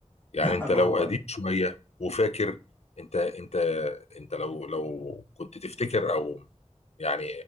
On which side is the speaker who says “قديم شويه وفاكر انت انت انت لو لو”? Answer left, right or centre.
Left